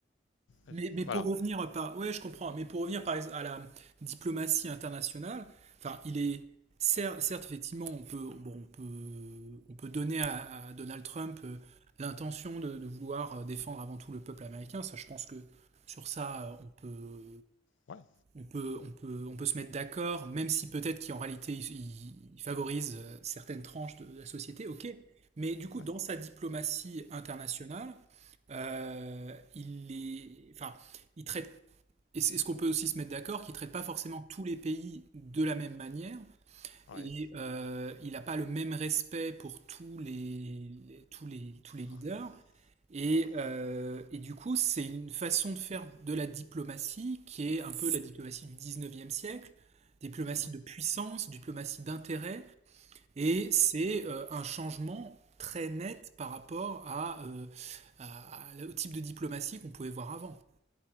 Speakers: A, on the left; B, on the right.
A: Euh,
B: Mais, mais
A: Voilà.
B: pour revenir par, ouais, je comprends. Mais pour revenir par ex- à la diplomatie internationale, enfin, il est cer- certes, effectivement, on peut, bon, on peut, on peut donner à, à Donald Trump euh, l'intention de, de vouloir euh, défendre avant tout le peuple américain. Ça, je pense que sur ça, euh, on peut,
A: Ouais,
B: on peut, on peut, on peut se mettre d'accord, même si peut-être qu'en réalité, il, il favorise euh, certaines tranches de la société, ok. Mais du coup,
A: ouais,
B: dans sa diplomatie internationale, euh, il est, enfin, il traite. Et c'est- Est-ce qu'on peut aussi se mettre d'accord qu'il ne traite pas forcément tous les pays de la même manière
A: ouais,
B: et euh, il n'a pas le même respect pour tous les, les- tous les, tous les leaders
A: ouais,
B: et,
A: ouais.
B: euh, et du coup, c'est une façon de faire de la diplomatie qui est un peu la diplomatie du 19e siècle, diplomatie
A: Mhm,
B: de puissance, diplomatie d'intérêt, et c'est
A: ouais.
B: euh, un changement très net par rapport à, euh, à- à- au type de diplomatie qu'on pouvait voir avant.